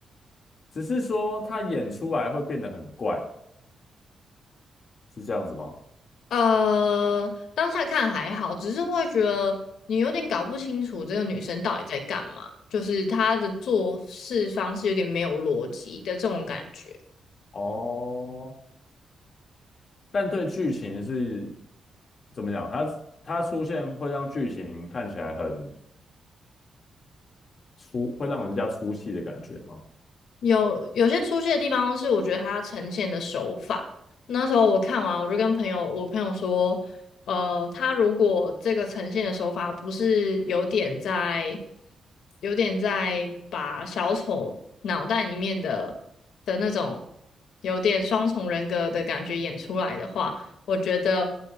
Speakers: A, on the left; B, on the left.
A: 只是说他演出来会变得很怪，是这样子吗？
B: 呃，当下看还好，只是会觉得你有点搞不清楚这个女生到底在干嘛，就是她的做事方式有点没有逻辑的这种感觉。
A: 哦但对剧情是怎么讲？它它出现会让剧情看起来很出，会让人家出戏的感觉吗？
B: 有有些出戏的地方是我觉得他呈现的手法。那时候我看完，我就跟朋友，我朋友说，呃，他如果这个呈现的手法不是有点在，有点在把小丑脑袋里面的的那种有点双重人格的感觉演出来的话，我觉得